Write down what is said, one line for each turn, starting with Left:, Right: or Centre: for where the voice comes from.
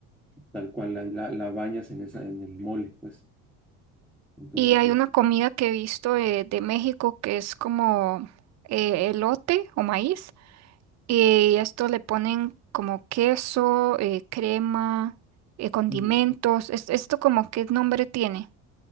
Centre: tal cual la, la, la bañas en esa, en el mole, pues. Entonces
Right: Y hay una comida que he visto de, de México que es como eh, elote o maíz. Y esto le ponen como queso, eh, crema, eh, condimentos.
Centre: es.
Right: Es- ¿Esto como qué nombre tiene?